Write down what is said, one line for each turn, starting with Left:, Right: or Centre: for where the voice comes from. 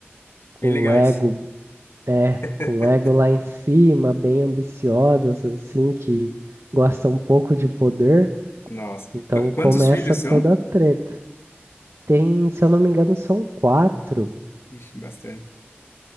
Right: com
Left: Bem legais.
Right: ego, é,
Left: <laughs>
Right: com ego lá em cima, bem ambiciosas, assim, que gostam um pouco de poder.
Left: Nossa.
Right: Então,
Left: Qu- quantos
Right: começa
Left: filhos
Right: toda
Left: são?
Right: a treta. Tem, se eu não me engano, são quatro
Left: Ixi, bastante.